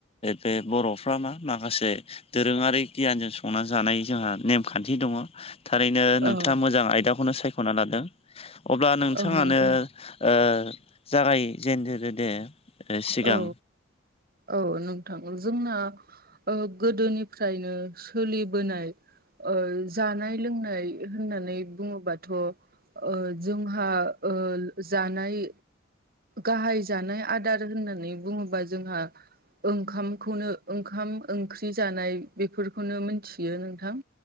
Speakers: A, on the left; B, on the right.
A: बे बर'फ्रा मा माखासे दोरोङारि गियानजों संनानै जानाय जोंहा नेमखान्थि दङ थारैनो
B: औ
A: नोंथाङा मोजां आयदाखौनो सायख'ना लादों अब्ला नोंथाङानो
B: औ नोंथां
A: ओ जागायजेनग्रोदो दे सिगां
B: औ औ नोंथां जोंना ओ गोदोनिफ्रायनो सोलिबोनाय ओ जानाय लोंनाय होननानै बुङोबाथ' ओ जोंहा ओ जानाय गाहाय जानाय आदार होननानै बुङोबा जोंहा ओंखामखौनो ओंखाम ओंख्रि जानाय बेफोरखौनो मिथियो नोंथां